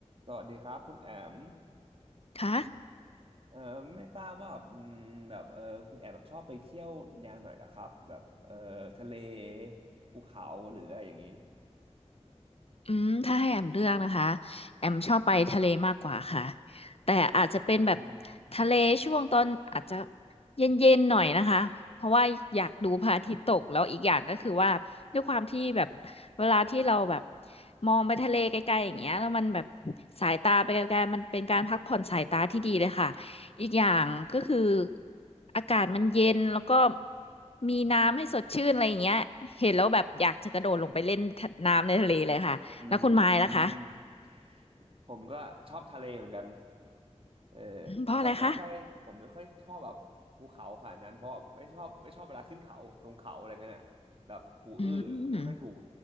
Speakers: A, on the right; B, on the left.
A: สวัสดีครับคุณแอม
B: คะ
A: เอ่อไม่ทราบว่าอืมแบบเออคุณแอมแบบชอบไปเที่ยวแนวไหนล่ะครับแบบเออทะเลภูเขาหรืออะไรอย่างนี้
B: อืมถ้าให้แอมเลือกนะคะแอมชอบไปทะเลมากกว่าค่ะแต่อาจจะเป็นแบบ
A: อืม
B: ทะเลช่วงตอนอาจจะเย็นๆหน่อยนะคะเพราะว่าอยากดูพระอาทิตย์ตกแล้วอีกอย่างก็คือว่าด้วยความที่แบบเวลาที่เราแบบมองไปทะเลไกลๆอย่างเงี้ยแล้วมันแบบสายตาไปไกลๆมันเป็นการพักผ่อนสายตาที่ดีเลยค่ะอีกอย่างก็คืออากาศมันเย็นแล้วก็มีน้ำให้สดชื่นอะไรอย่างเงี้ยเห็นแล้วแบบอยากจะกระโดดลงไปเล่นน้ำในทะเลเลยค่ะ
A: อื
B: แล้วคุณไม้ล่ะคะ
A: ม ผมก็ชอบทะเลเหมือนกันเออ
B: อืมเพราะอะไรคะ
A: ผมไม่ค่อยผมไม่ค่อยชอบแบบภูเขาขนาดนั้นเพราะไม่ชอบไม่ชอบเวลาขึ้นเขาลงเขาอะไรเงี้ยน่ะแบบหูอื้อไม่ค่อยถูก
B: อืม